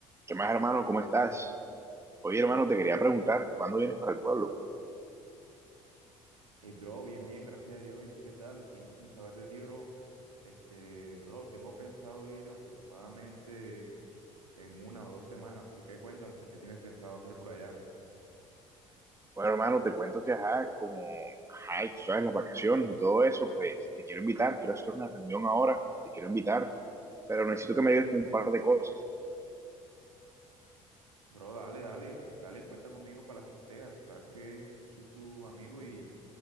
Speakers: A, on the right; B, on the right.
A: ¿Qué más, hermano? ¿Cómo estás? Oye, hermano, te quería preguntar, ¿cuándo vienes para el pueblo?
B: Hey, bro, bien, bien, gracias a Dios. ¿Y tú qué tal? Tiempo sin saber de ti, bro. Este, bro, tengo pensado ir aproximadamente en, en una o dos semanas. ¿Por qué? Cuéntame, ¿qué tienes pensado hacer por allá?
A: Bueno, hermano, te cuento que, ajá, como, ajá, y tú sabes, las vacaciones y todo eso, pues te quiero invitar, quiero hacer una reunión ahora, te quiero invitar, pero necesito que me ayudes con un par de cosas.
B: Bro, dale, dale, dale, cuenta conmigo para las que sea. Tú sabes que yo soy tu amigo y